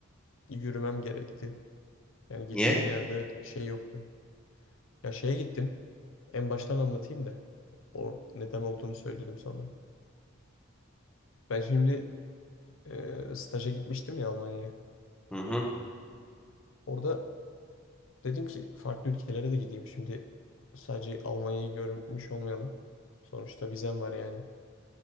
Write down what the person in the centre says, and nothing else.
Niye?
Hı hı.